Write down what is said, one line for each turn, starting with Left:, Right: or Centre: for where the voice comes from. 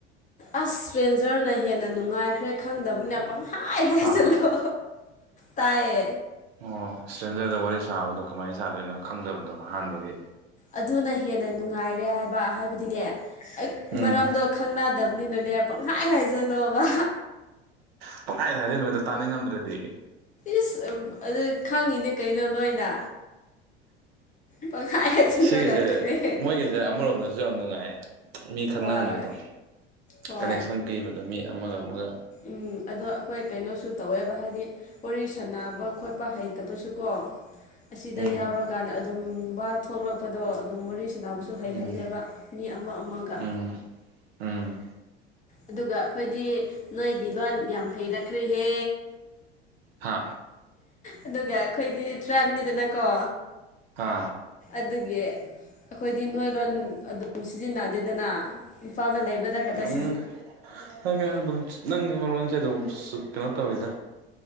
Left: ꯑꯁ ꯢꯁꯇꯔꯦꯟꯖꯔꯅ ꯍꯦꯟꯅ ꯅꯨꯡꯉꯥꯏꯈ꯭ꯔꯦ ꯈꯪꯗꯕꯅꯤꯅ ꯄꯪꯍꯥꯏꯗ ꯍꯥꯢꯒꯜꯂꯣ
Right: ꯇꯥꯕ꯭ꯔꯥ
Left: ꯇꯥꯌꯦ
Right: ꯑꯣ ꯏꯁꯇ꯭ꯔꯦꯟꯖꯔꯗ ꯋꯥꯔꯤ ꯁꯥꯕꯗꯣ ꯀꯃꯥꯏꯅ ꯁꯥꯗꯣꯏꯅꯣ ꯈꯪꯗꯕꯗꯣ ꯑꯍꯥꯟꯕꯒꯤ
Left: ꯑꯗꯨꯅ ꯍꯦꯟꯅ ꯅꯨꯡꯉꯥꯏꯔꯦ ꯍꯥꯏꯕ ꯍꯥꯏꯕꯗꯤꯅꯦ ꯑꯩ
Right: ꯎꯝ
Left: ꯃꯔꯝꯗꯣ ꯈꯪꯅꯗꯕꯅꯤꯅ ꯄꯪꯍꯥꯢ ꯍꯥꯢ ꯖꯦꯜꯂꯣꯕ
Right: ꯎ ꯄꯈꯥꯏꯗ ꯍꯥꯏꯖꯤꯟꯕꯗ ꯇꯥꯅꯤꯡꯉꯝꯗ꯭ꯔꯗꯤ
Left: ꯏꯁ ꯑꯗꯨ ꯈꯪꯉꯤꯅꯦ ꯀꯩꯅꯣ ꯂꯣꯏꯅ ꯄꯪꯍꯥꯏ ꯍꯥꯏꯖꯤꯟꯕ
Right: ꯁꯤꯒꯤꯁꯦ
Left: ꯉꯥꯛꯇꯅꯦ
Right: ꯃꯣꯏꯒꯤꯁꯦ ꯑꯃꯔꯣꯝꯗꯁꯨ ꯌꯥꯝ ꯅꯨꯡꯉꯥꯏꯌꯦ ꯃꯤ ꯈꯪꯅꯍꯟꯕꯗꯣ
Left: ꯍꯣꯏ ꯍꯣꯏ
Right: ꯀꯅꯦꯛꯁꯟ ꯄꯤꯕꯗꯣ ꯃꯤ ꯑꯃꯒ ꯑꯃꯒ
Left: ꯎꯝ ꯑꯗꯣ ꯑꯩꯈꯣꯏ ꯀꯩꯅꯣꯁꯨ ꯇꯧꯋꯦꯕ ꯍꯥꯏꯗꯤ ꯋꯥꯔꯤ ꯁꯥꯟꯅꯕ ꯈꯣꯠꯄ ꯍꯩꯇꯕꯁꯨꯀꯣ ꯑꯁꯤꯗ
Right: ꯎꯝ
Left: ꯌꯥꯎꯔ ꯀꯥꯟꯗ ꯑꯗꯨꯝ ꯋꯥ ꯊꯣꯛꯂꯛꯄꯗꯣ ꯑꯗꯨꯝ ꯋꯔꯤ ꯁꯅꯕꯁꯨ ꯍꯩꯍꯜꯂꯦꯕ
Right: ꯎꯝ
Left: ꯃꯤ ꯑꯃ ꯑꯃꯒ
Right: ꯎꯝ ꯎꯝ
Left: ꯑꯗꯨꯒ ꯑꯩꯈꯣꯏꯗꯤ ꯅꯣꯏꯒꯤ ꯂꯣꯟ ꯌꯥꯝ ꯍꯩꯔꯛꯈ꯭ꯔꯦꯍꯦ
Right: ꯍꯥ
Left: ꯑꯗꯨꯒ ꯑꯩꯈꯣꯏꯗꯤ ꯇ꯭ꯔꯥꯕꯅꯤꯗꯅꯀꯣ
Right: ꯀꯥ
Left: ꯑꯗꯨꯒꯤ ꯑꯩꯈꯣꯏꯗꯤ ꯅꯣꯏ ꯂꯣꯟ ꯑꯗꯨꯝ ꯁꯤꯖꯤꯟꯅꯗꯦꯗꯅ ꯏꯝꯐꯥꯜꯗ ꯂꯩꯕꯗ ꯈꯛꯇꯗ
Right: ꯎꯝ ꯅꯪ ꯑꯗꯨꯝ ꯅꯪꯒꯤ ꯃꯔꯣꯟꯁꯦ ꯑꯗꯨꯝ ꯀꯩꯅꯣ ꯇꯧꯋꯤꯗ